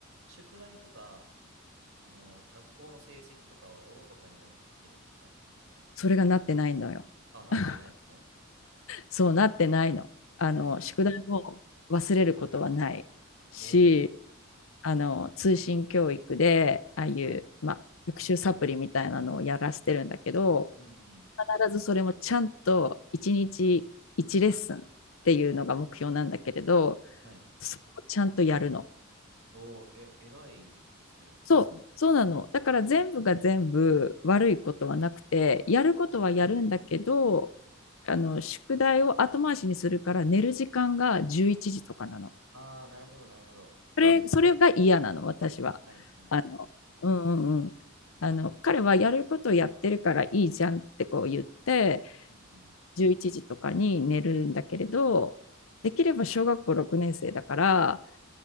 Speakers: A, on the right; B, on the left.
A: 宿題とか、あの、学校の成績とかはおろそかになってるんですか
B: それがなってないのよ。
A: あ、なってないんですね。
B: <laughs> そうなってないの。あの、
A: はいはいはい。
B: 宿題を忘れることはないし、
A: おお。
B: あの、通信教育で、ああいう、
A: はい。
B: まあ、学習サプリみたいなのをやらせてるんだけど、
A: うんうん。
B: 必ずそれもちゃんと1日1レッスンっていうのが目標なんだけれど、
A: はい。
B: それをちゃんとやるの。
A: おお、え、偉いですね。
B: そう、そうなの。だから全部が全部悪いことはなくて、やることはやるんだけど、あの宿題を後回しにするから寝る時間が11時とかなの。
A: ああー、なるほど、なるほど。
B: それ、それが嫌なの、私は。
A: はいはいはい。
B: あの、うんうんうん。あの、彼はやることをやってるからいいじゃんってこう言って、
A: うんうん。
B: 11時とかに寝るんだけれど、できれば小学校6年生だから、